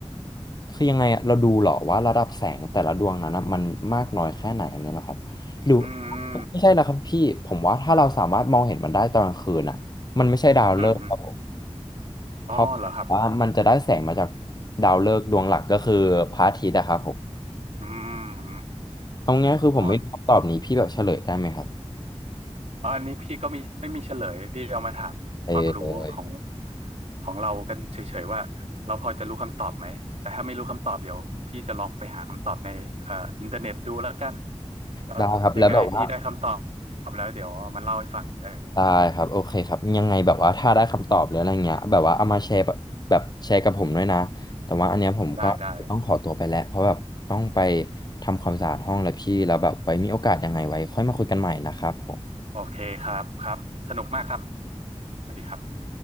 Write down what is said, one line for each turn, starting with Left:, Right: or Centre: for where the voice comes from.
Left: คือยังไงอะเราดูเหรอว่าระดับแสงแต่ละดวงนั้นนะมันมากน้อยแค่ไหนอันนี้เหรอครับหรือ
Right: อืม
Left: ไม่ใช่แล้วครับพี่ผมว่าถ้าเราสามารถมองเห็นมันได้ตอนกลางคืนอ่ะมันไม่ใช่ดาวฤกษ์ครับผม
Right: อืมอืม
Left: เพราะว่ามันจะได้แสงมาจาก
Right: อ๋อเหรอครับ
Left: ดาวฤกษ์ดวงหลักก็คือพระอาทิตย์อะครับผม
Right: อืม
Left: เอาง่ายๆคือผมไม่รู้คำตอบนี้พี่แบบเฉลยได้ไหมครับ
Right: อ๋ออ๋ออันนี้พี่ก็มีไม่มีเฉลยพี่เอามาถามความรู้ของ
Left: เออเลย
Right: ของเรากันเฉยๆว่าเราพอจะรู้คำตอบไหมแต่ถ้าไม่รู้คำตอบเดี๋ยวพี่จะลองไปหาคำตอบในเอ่ออินเทอร์เน็ตดูแล้วกันแล้วยังไงพี่ได้คำตอบแล้วเดี๋ยวเอามาเล่าให้ฟังเออ
Left: ได้ครับแล้วแบบว่า ได้ครับโอเคครับยังไงแบบว่าถ้าได้คำตอบหรืออะไรเงี้ยแบบว่าเอามาแชร์แบบแบบแชร์กับผมด้วยนะแต่ว่าอันเนี้ยผมก็ต้องขอตัวไปแล้วเพราะแบบต้องไป
Right: ได้ได้
Left: ทำความสะอาดห้องแล้วพี่แล้วแบบไว้มีโอกาสยังไงไว้ค่อยมาคุยกันใหม่นะครับผม
Right: โอเคครับครับสนุกมากครับสวัสดีครับ